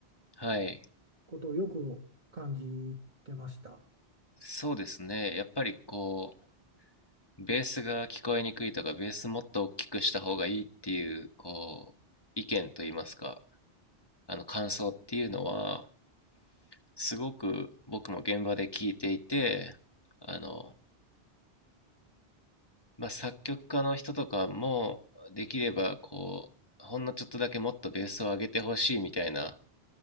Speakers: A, on the left (about 25°); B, on the right (about 45°).
A: はい。
B: ことをよく感じてました。
A: そうですね。やっぱりこう、ベースが聞こえにくいとか、ベースもっと大きくした方がいいっていう、こう、意見といいますか、あの感想っていうのは、すごく僕も現場で聞いていて、あの、まあ、作曲家の人とかも、できれば、こう、ほんのちょっとだけもっとベースを上げてほしいみたいな、